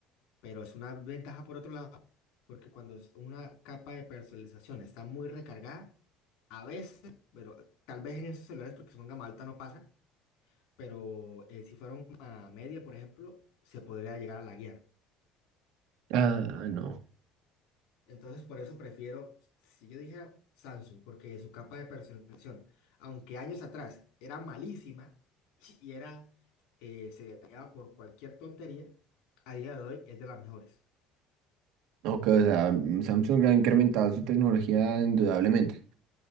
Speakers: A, on the left; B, on the right.
A: Pero es una ventaja por otro lado, porque cuando es una capa de personalización está muy recargada, a veces, pero tal vez en esos celulares, porque son gama alta, no pasa, pero eh, si fuera una media, por ejemplo, se podría llegar a laguear.
B: Ah, no.
A: Entonces, por eso prefiero, si yo dijera Samsung, porque su capa de personalización, aunque años atrás era malísima <laughs> y era, eh, se dañaba por cualquier tontería, a día de hoy es de las mejores.
B: Ok, o sea, mm, Samsung ha incrementado su tecnología indudablemente.